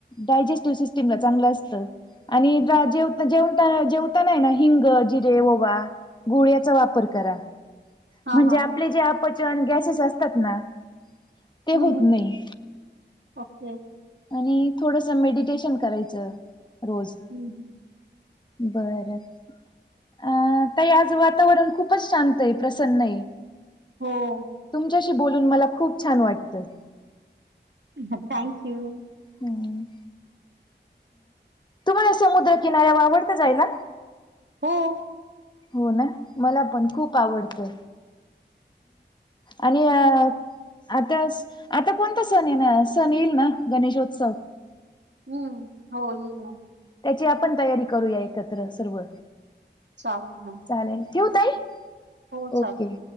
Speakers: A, on the left; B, on the right.
A: डायजेस्टिव सिस्टीमला चांगलं असत आणि जेवता जेवता जेवताना ना हिंग जी जेव गुळ्याचा वापर करा
B: हा
A: म्हणजे
B: हा.
A: आपले जे आपचन गॅसेस असतात ना ते
B: हम्म
A: होत
B: हम्म.
A: नाही
B: ओके.
A: आणि थोडस मेडिटेशन करायचं रोज
B: हम्म
A: बर अ त आज वातावरण खूपच शांत आहे प्रसन् आहे
B: हो
A: तुमच्याशी बोलून मला खूप छान वाटतं
B: थँक्यू
A: हम् तुम्हाला समुद्रकिनाऱ्या आवडता जायला
B: हो
A: हो ना मला पण खूप आवडतं आणि अ आता आता कोणता सण ये ना सण येईल ना गणेशोत्सव.
B: हम्म हो येईल ना.
A: त्याची आपण तयारी करूया एकत्र सर्व
B: चालेूल ना
A: चालेल ठेऊ ताई
B: हो चाल
A: ओके